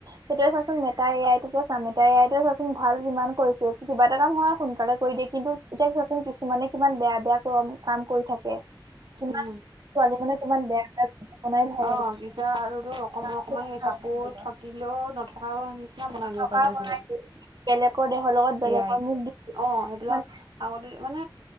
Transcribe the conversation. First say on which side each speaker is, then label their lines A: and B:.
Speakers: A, on the right; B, on the right.
A: সেইটোয়ে চাচোন মেটাই আইটোকে চা মটাই আইটয়ে চাচোন <unintelligible> ভাল যিমান কৰিছে, কিবা এটা কাম হয় সোনকালে কৰি দিয়ে কিন্তু এতিয়া- কিছুমানে কিমান বেয়া বেয়া কাম কৰি থাকে। কিমান
B: উম-
A: ছোৱালী মানে কিমান বেয়া বেয়া ভিডিঅ' বনাই ভাইৰেল
B: অ- পা- আৰু ৰকম-ৰকম
A: ইমান বেয়া
B: সেই
A: ভাইৰেল
B: কাপোৰ
A: কৰিলে
B: থাকিলেও নথকা নিচিনা বনাই
A: নথকা
B: দিব পাৰি আজিকালি।
A: বনাই দিয়ে, বেলেগৰ দেহৰ লগত বেলেগৰ
B: এ-আই
A: মুখ দি দিলে
B: অ- সেইবিলাক
A: মানে
B: আগতে মানে-